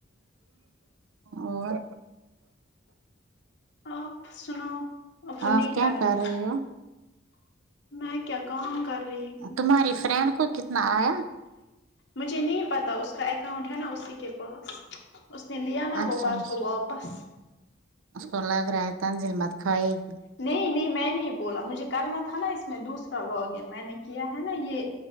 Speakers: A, on the right; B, on the left.
A: اور
B: آپ سناو اب
A: آپ
B: نہیں
A: کیا
B: کرنا
A: کر رہی ہو
B: میں کیا کام کر رہی ہوں
A: تمہاری فرینڈ کو کتنا آیا
B: مجھے نہیں پتا اس کا اکاؤنٹ ہے نا اسی کے پاس اس نے لیا نا
A: اچھا
B: وہ پرسو
A: اچھا
B: واپ بس
A: اس کو لگ رہا ہے تنزیل مت کھائے گی
B: نہیں نہیں میں نے ہی بولا مجھے کرنا تھا نا اس میں دوسرا لاگن میں نے کیا ہے نا یے